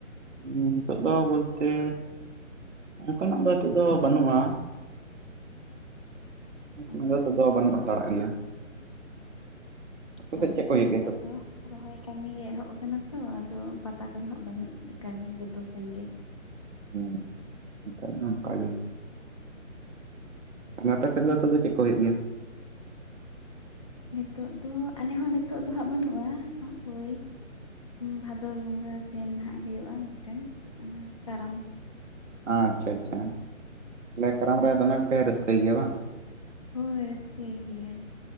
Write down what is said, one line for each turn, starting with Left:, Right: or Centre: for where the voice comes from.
Right: ᱦᱩᱸ ᱦᱮᱛᱚᱜ ᱫᱚ ᱵᱚᱞᱛᱮᱼᱼ ᱚᱱᱠᱟᱱᱟᱜ ᱫᱚ ᱱᱤᱛᱚᱜ ᱫᱚ ᱵᱟᱹᱱᱩᱜᱼᱟ।
Left: ᱚ
Right: ᱱᱚᱝᱠᱟ ᱛᱮ ᱫᱚ ᱵᱟᱹᱱᱩᱜᱼᱟᱛᱟᱲᱟᱜ ᱜᱮᱭᱟ᱾ ᱟᱯᱮ
Left: ᱦᱳᱭ
Right: ᱥᱮᱫ ᱪᱮᱫ ᱠᱚ
Left: ᱛᱚ
Right: ᱦᱩᱭᱩᱜ
Left: ᱱᱤᱛᱚᱜ
Right: ᱜᱮᱭᱟ
Left: ᱫᱚᱼᱼ ᱨᱚᱦᱚᱭ ᱠᱟᱹᱢᱤ ᱜᱮ ᱮᱦᱚᱵ ᱟᱠᱟᱱᱟ ᱛᱚ ᱟᱫᱚ ᱯᱟᱛᱟ ᱠᱚᱫᱚ ᱦᱟᱸᱜ ᱵᱟᱹᱱᱩᱜ ᱞᱮᱠᱟᱜᱮ ᱡᱚᱛᱚ ᱥᱮᱱ ᱜᱮ
Right: ᱦᱩᱸ ᱱᱮᱛᱟᱨ ᱫᱚ ᱚᱱᱠᱟᱜᱮ ᱦᱮᱸ ᱟᱯᱮ ᱥᱮᱫ ᱫᱚ ᱱᱤᱛᱚᱜ ᱫᱚ ᱪᱮᱫ ᱠᱚ ᱦᱩᱭᱩᱜ ᱜᱮᱭᱟ?
Left: ᱱᱤᱛᱚᱜ ᱫᱚ ᱟᱞᱮ ᱦᱚ ᱱᱤᱛᱚᱜ ᱫᱚ ᱦᱟᱸᱜ ᱵᱟᱹᱱᱩᱜᱼᱟ ᱳᱭ ᱵᱷᱟᱫᱚᱨ ᱵᱚᱸᱜᱟ ᱥᱮᱱ ᱦᱟᱜ ᱦᱩᱭᱩᱜᱼᱟ ᱢᱤᱫᱴᱮᱱ ᱚᱱᱟ ᱠᱟᱨᱟᱢ
Right: ᱟᱪᱪᱷᱟ ᱪᱷᱟ ᱠᱟᱨᱟᱢ ᱨᱮ ᱫᱚᱢᱮᱯᱮ ᱨᱟᱹᱥᱠᱟᱹᱭ ᱜᱮᱭᱟ ᱵᱟᱝ?
Left: ᱦᱳᱭ ᱨᱟᱹᱥᱠᱟᱹᱭ ᱜᱮᱭᱟᱞᱮ